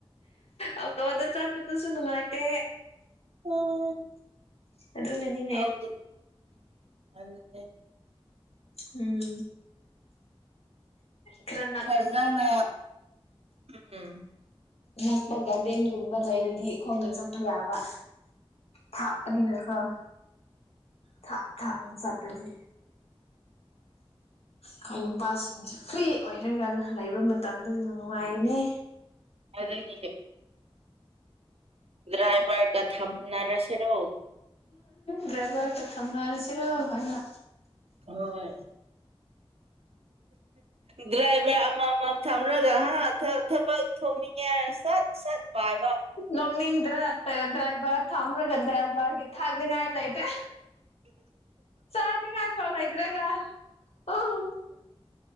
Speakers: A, on the left (about 85°); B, on the right (about 80°).
A: ꯑꯣꯇꯣꯗ ꯆꯠꯄꯗꯨꯁꯨ ꯅꯨꯡꯉꯥꯏꯇꯦ
B: <unintelligible>
A: ꯑꯗꯨꯅꯅꯤ
B: <inaudible>
A: ꯎꯝ ꯈꯔꯥꯅꯥ
B: ꯐꯖꯅ ꯎꯝ
A: ꯅꯛꯄ ꯒꯥꯔꯗꯦꯟꯒꯨꯝꯕ ꯂꯩꯔꯗꯤ ꯈꯣꯡꯅ ꯆꯠꯄ ꯌꯥꯕ ꯊꯥꯞꯄꯅꯤꯅꯀꯣ ꯊꯥꯞ ꯊꯥꯞꯅ ꯆꯠꯄꯗꯤ ꯑꯈꯣꯏ ꯅꯨꯄꯥꯁꯤꯡꯁꯦ ꯐ꯭ꯔꯤ ꯑꯣꯏꯔꯒ ꯂꯩꯕ ꯃꯇꯝꯗꯨ ꯅꯨꯡꯉꯥꯏꯒꯅꯤ
B: ꯑꯗꯥꯒꯤ ꯗ꯭ꯔꯥꯏꯚꯔꯒ ꯊꯝꯅꯔꯁꯤꯔꯣ
A: ꯗ꯭ꯔꯥꯏꯚꯔ ꯀ ꯊꯝꯅꯔꯁꯤꯔꯣ ꯍꯥꯏꯅ
B: ꯍꯣꯏ ꯗ꯭ꯔꯥꯏꯚꯔ ꯑꯃ ꯃꯥꯝ ꯊꯝꯔꯒ ꯍꯥ ꯊꯥ ꯊꯕꯛ ꯊꯣꯛꯅꯤꯡꯉꯦ ꯍꯥꯏꯔ ꯁꯠ ꯁꯠ ꯄꯥꯏꯕ
A: ꯅꯣꯛꯅꯤꯡꯗ꯭ꯔꯥ ꯗ꯭ꯔꯥꯏꯚꯔ ꯊꯝꯔꯒ ꯗ꯭ꯔꯥꯏꯚꯔꯒꯤ ꯊꯥꯛꯅꯤꯡꯉꯥꯏ ꯂꯩꯇꯦ ꯆꯥꯅꯤ ꯉꯥꯏ ꯐꯥꯎ ꯂꯩꯇ꯭ꯔꯒꯥ <unintelligible>